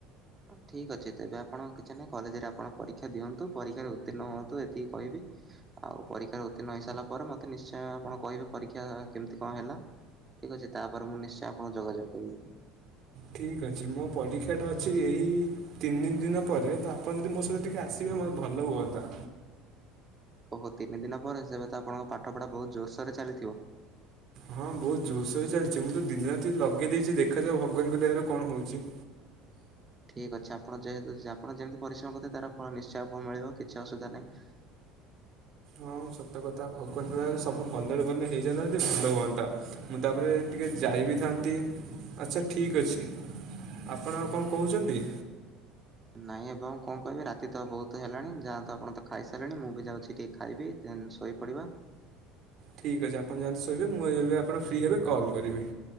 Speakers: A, on the right; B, on the right.
A: ହଁ ଠିକ୍ ଅଛି ତେବେ ଆପଣ କିଛି ନାହିଁ କଲେଜରେ ଆପଣ ପରୀକ୍ଷା ଦିଅନ୍ତୁ ପରୀକ୍ଷାରେ ଉତ୍ତିର୍ଣ୍ଣ ହୁଅନ୍ତୁ ଏତିକି କହିବି। ଆଉ ପରୀକ୍ଷାରେ ଉତ୍ତୀର୍ଣ୍ଣ ହେଇସାରିଲା ପରେ ମତେ ନିଶ୍ଚୟ ଆପଣ କହିବେ ପରୀକ୍ଷା କେମିତି କଣ ହେଲା ଠିକ ଅଛି ତାପରେ ମୁଁ ନିଶ୍ଚୟ ଆପଣଙ୍କୁ ଯୋଗାଯୋଗ କରିବି।
B: ଠିକ୍ ଅଛି ମୋ ପରୀକ୍ଷାଟା ଅଛି ଏହି ତିନି ଦିନ ପରେ ତ ଆପଣ ଯଦି ମୋ ସହିତ ଟିକେ ଆସିବେ ମୋତେ ଭଲ ହୁଅନ୍ତା।
A: ଓହୋ ତିନି ଦିନ ପରେ ସେବେ ତ ଆପଣଙ୍କ ପାଠପଢା ବହୁତ ଜୋରସୋରରେ ଚାଲିଥିବ।
B: ହଁ ବହୁତ ଜୋରସୋରରେ ଚାଲିଛି ମୁଁ ତ ଦିନ ରାତି ଲଗେଇ ଦେଇଛି ଦେଖାଯାଉ ଭଗବାନଙ୍କ ଦୟାରୁ କଣ ହଉଛି।
A: ଠିକ୍ ଅଛି ଆପଣ ଯେହେତୁ ଆପଣ ଯେମିତି ପରିଶ୍ରମ କରିିଥିବେ ତାର ଫଳ ନିଶ୍ଚୟ ଆପଣଙ୍କୁ ମିଳିବ କିଛି ଅସୁବିଧା ନାହିଁ।
B: ହଁ ସତ କଥା ଭଗବାନଙ୍କ ଦୟାରେ ସବୁ ଭଲରେ ଭଲରେ ହେଇଯାନ୍ତା ଯଦି ଭଲ ହୁଅନ୍ତା। ମୁଁ ତାପରେ ଟିକିଏ ଯାଇ ବିି ଥାନ୍ତି ଆଚ୍ଛା ଠିକ୍ ଅଛି ଆପଣ ଆଉ କଣ କହୁଛନ୍ତି?
A: ନାଇଁ ଏବଂ କଣ କହିବି ରାତି ତ ବହୁତ ହେଲାଣି ଯାଆନ୍ତୁ ଆପଣ ତ ଖାଇସାରିଲେଣି ମୁଁ ବି ଯାଉଛି ଟିକେ ଖାଇବି ଦେନ ଶୋଇପଡ଼ିବା।
B: ଠିକ୍ ଅଛି ଆପଣ ଯାଆନ୍ତୁ ଶୋଇବେ ମୁଁ ଯେବେ ଆପଣ ଫ୍ରି ହେବେ କଲ୍ କରିବି।